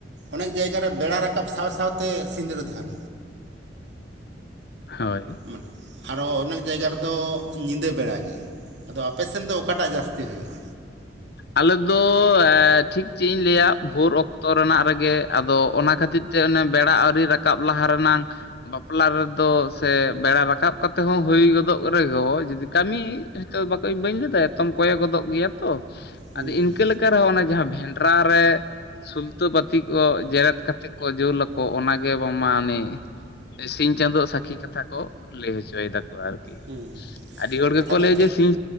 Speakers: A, on the right; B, on the left.
A: ᱚᱱᱮᱠ ᱡᱟᱭᱜᱟ ᱨᱮ ᱵᱮᱲᱟ ᱨᱟᱠᱟᱵ ᱥᱟᱶ ᱥᱟᱶᱛᱮ ᱥᱤᱸᱫᱽᱨᱟᱹᱫᱟᱱ
B: ᱦᱳᱭ
A: ᱢᱟᱱᱮ ᱟᱨᱚ ᱚᱱᱮᱠ ᱡᱟᱭᱜᱟ ᱨᱮᱫᱚ ᱧᱤᱫᱟᱹ ᱵᱮᱲᱟ ᱜᱮ ᱟᱫᱚ ᱟᱯᱮᱥᱮᱱ ᱫᱚ ᱚᱠᱟᱴᱟᱜ ᱡᱟᱹᱥᱛᱤ ᱦᱩᱭᱩᱜᱼᱟ
B: ᱟᱞᱮᱫᱚ ᱴᱷᱤᱠ ᱪᱮᱜ ᱤᱧ ᱞᱟᱹᱭ ᱟ ᱵᱷᱳᱨ ᱚᱠᱛᱚ ᱨᱮᱱᱟᱜ ᱨᱮᱜᱮ ᱟᱫᱚ ᱚᱱᱟ ᱠᱷᱟᱹᱛᱤᱨ ᱛᱮ ᱚᱱᱮ ᱵᱮᱲᱟ ᱟᱹᱣᱨᱤ ᱨᱟᱠᱟᱵ ᱞᱟᱦᱟ ᱨᱮᱱᱟᱝ ᱵᱟᱯᱞᱟ ᱨᱮᱫᱚ ᱥᱮ ᱵᱮᱲᱟ ᱨᱟᱠᱟᱵ ᱠᱟᱛᱮ ᱦᱚᱸ ᱦᱩᱭ ᱜᱚᱫᱚᱜ ᱨᱮᱦᱚᱸ ᱡᱩᱫᱤ ᱠᱟᱹᱢᱤ ᱵᱟᱠᱚ ᱵᱟᱹᱧ ᱞᱟᱹᱭᱫᱟ ᱮᱛᱚᱢ ᱠᱚᱸᱭᱮ ᱜᱚᱫᱚᱜ ᱜᱮᱭᱟ ᱛᱚ
A: ᱦᱩᱸ
B: ᱟᱫᱚ ᱤᱱᱠᱟᱹ
A: ᱦᱩᱸ
B: ᱞᱮ ᱠᱟᱨᱮ ᱟᱨᱚ ᱚᱱᱮ ᱡᱟᱦᱟᱸ ᱵᱷᱮᱱᱰᱨᱟ ᱨᱮ ᱥᱩᱞᱛᱟᱹ ᱵᱟᱹᱛᱤ ᱠᱚ ᱡᱮᱨᱮᱫ ᱠᱟᱛᱮ ᱠᱚ ᱡᱩᱞ ᱟᱠᱚ ᱚᱱᱟ ᱜᱮ ᱵᱟᱝᱢᱟ ᱩᱱᱤ ᱥᱤᱧ ᱪᱟᱸᱫᱳ ᱟᱜ ᱥᱟᱹᱠᱷᱤ ᱠᱟᱛᱷᱟ ᱠᱚ ᱞᱟᱹᱭ ᱦᱚᱪᱚᱭ ᱫᱟᱠᱚ ᱟᱨᱠᱤ
A: ᱦᱩᱸ ᱦᱩᱸ
B: ᱟᱹᱰᱤ ᱦᱚᱲ ᱜᱮᱠᱚ
A: ᱠᱟᱛᱷᱟ ᱫᱚ
B: ᱞᱟᱹᱭᱟ
A: ᱴᱷᱤᱠ
B: ᱡᱮ ᱥᱤᱧ